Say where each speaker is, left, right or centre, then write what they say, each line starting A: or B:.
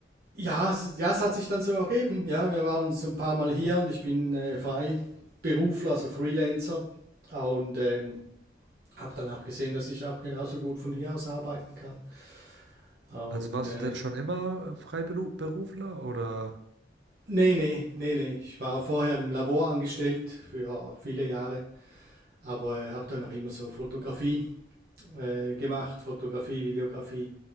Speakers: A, on the right; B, on the right.
A: Ja, es, ja, es hat sich dann so ergeben. Ja, wir waren so ein paar Mal hier und ich bin äh, Freiberufler, also Freelancer. Und ähm, habe dann auch gesehen, dass ich auch genauso gut von hier aus arbeiten kann. Und
B: Also warst
A: äh,
B: du denn schon immer äh, Freiberufler oder?
A: nee, nee, nee, nee. Ich war vorher im Labor angestellt für viele Jahre, aber äh, habe dann auch immer so Fotografie äh, gemacht, Fotografie, Videografie